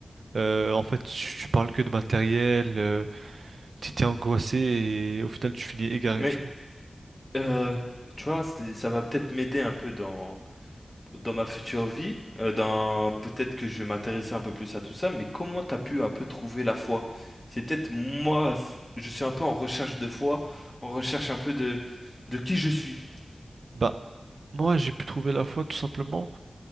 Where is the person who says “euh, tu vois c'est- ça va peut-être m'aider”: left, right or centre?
Left